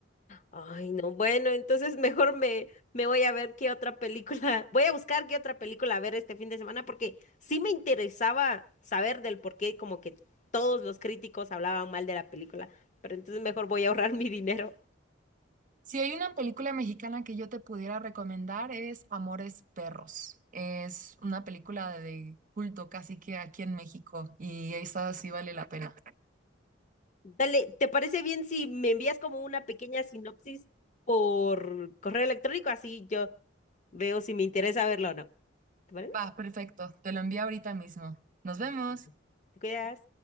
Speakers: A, on the left; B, on the right.
A: Ay, no, bueno, entonces mejor me, me voy a ver qué otra película, <laughs> voy a buscar qué otra película ver este fin de semana porque sí me interesaba saber del por qué como que todos los críticos hablaban mal de la película, pero entonces mejor voy a ahorrar <laughs> mi dinero.
B: Si hay una película mexicana que yo te pudiera recomendar es Amores Perros. Es una película de culto casi que aquí en México y esa sí vale la pena.
A: Dale, ¿te parece bien si me envías como una pequeña sinopsis por correo electrónico? Así yo veo si me interesa verlo o no. ¿Te parece?
B: Va, perfecto. Te lo envío ahorita mismo. Nos vemos.
A: Va, te cuidas.